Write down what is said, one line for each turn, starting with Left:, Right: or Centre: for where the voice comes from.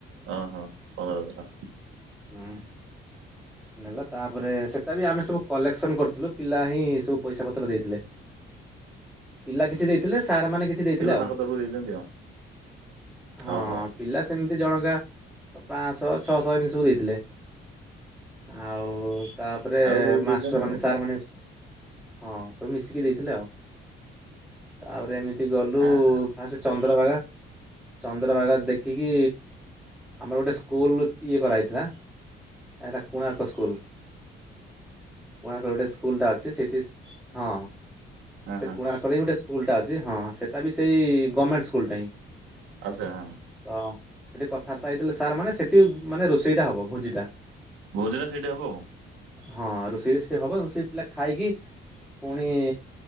Right: ଓଁ ହଁ <unintelligible>
Centre: ହୁଁ। ନେଲା ତାପରେ, ସେଟା ବି ଆମେ ସବୁ କଲେକ୍ସନ କରିଥିଲୁ, ପିଲା ହିଁ ସବୁ ପଇସା ପତ୍ର ଦେଇଥିଲେ। <inaudible> ପିଲା କିଛି ଦେଇଥିଲେ, ସାର୍ ମାନେ କିଛି ଦେଇଥିଲେ
Right: ପିଲା
Centre: ଆଉ
Right: ତାଙ୍କ ତରଫରୁ ଦେଇଛନ୍ତି ଆଉ।
Centre: ହଁ।
Right: ଓହୋ
Centre: ପିଲା ସେମିତି ଜଣଙ୍କା ପାଞ୍ଚଶହ, ଛଅଶହ ଏମିତ୍‌ ସବୁ ଦେଇଥିଲେ। ଆଉ ତାପରେ
Right: ଆଉ ବହୁତ ଦେଇଛନ୍ତି
Centre: ମାଷ୍ଟର ମାନେ
Right: ଆଉ
Centre: ସାର୍
Right: କଣ
Centre: ମାନେ ହଁ ସବୁ ମିଶିକି ଦେଇଥିଲେ ଆଉ, ତାପରେ ଏମିତି ଗଲୁ
Right: ଆ ହା
Centre: ହଁ ସେ ଚନ୍ଦ୍ରଭାଗା। ଚନ୍ଦ୍ରଭାଗା ଦେଖିକି, ଆମର ଗୋଟେ ସ୍କୁଲ ଇଏ କରାହେଇଥିଲା ଏଟା କୋଣାର୍କ ସ୍କୁଲ, କୋଣାର୍କ ଗୋଟେ ସ୍କୁଲ ଟା ଅ ସେ ସେଇତିସ୍ ହଁ
Right: ଅ
Centre: ସେ
Right: ହଁ
Centre: କୋଣାର୍କ କରେଇ ଗୋଟେ ସ୍କୁଲଟା ଅଛି, ହଁ ସେଟା ବି ସେଇ ଗମେଣ୍ଟସ୍‌ ସ୍କୁଲ ଟା ହିଁ।
Right: ଆଚ୍ଛା ହଁ।
Centre: ତ ସେଠି କଥାବାର୍ତ୍ତା ହେଇଥିଲେ ସାର୍ ମାନେ ସେଠି ମାନେ ରୋଷେଇଟା ହବ ଭୋଜି ଟା।
Right: ଭୋଜିଟା ସେଇଠି ହବ ଆଉ।
Centre: ହଁ ରୋଷେଇରେ ସେଠି ହବ ରୋଷେଇ ପିଲା ଖାଇକି ପୁଣି